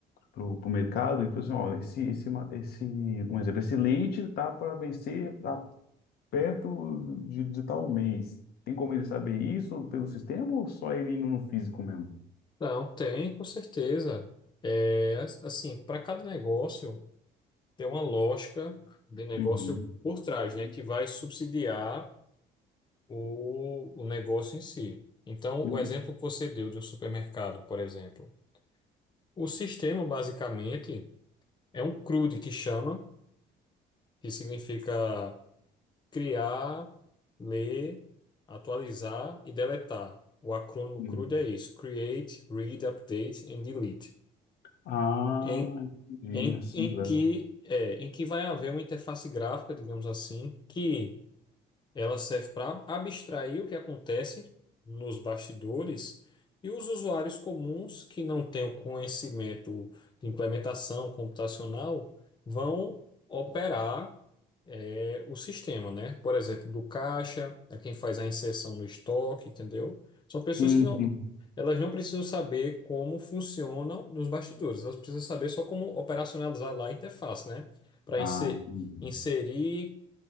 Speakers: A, on the left; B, on the left.
A: para o mercado, e falar assim, ó, esse, esse, ma- esse, um exemplo, esse leite tá para vencer perto de, de tal mês. Tem como ele saber isso pelo sistema ou só ele indo no físico mesmo?
B: Não, tem, com certeza. É, assim, para cada negócio tem uma lógica de negócio
A: Uhum.
B: por trás, né, que vai subsidiar o, o negócio em si. Então,
A: Uhum.
B: o exemplo que você deu de um supermercado, por exemplo, o sistema basicamente é um CRUD que chama, que significa criar, ler, atualizar e deletar. O acrônimo
A: Uhum.
B: CRUD é isso: Create, Read, Update and Delete.
A: Ah,
B: Em,
A: entendi.
B: em,
A: Assim,
B: em
A: grana.
B: que é, em que vai haver uma interface gráfica, digamos assim, que ela serve para abstrair o que acontece nos bastidores e os usuários comuns que não têm o conhecimento de implementação computacional vão operar é o sistema, né? Por exemplo, do caixa, é quem faz a inserção no estoque, entendeu? São pessoas
A: Sim,
B: que não,
A: sim.
B: elas não precisam saber como funcionam nos bastidores, elas precisam saber só como operacionalizar lá a interface, né? Para
A: Ah, entendi.
B: inserir,